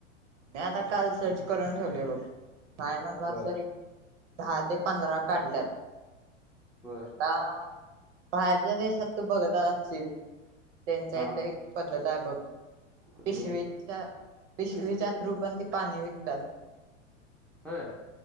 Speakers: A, on the right; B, in the centre.
A: मी आता काल सर्च करून ठेवलोय बघ. पाय म्हणलास
B: बर
A: रे दहा ते पंधरा काढल्यात
B: बर.
A: आता बाहेरच्या देशात तू बघत आचील त्यांच्या
B: हा
A: त्या एक पद्धत ताय बघ
B: कुठले
A: पिशवीच्या पिशवीच्या रूपांत पाणी विकतात.
B: व्हय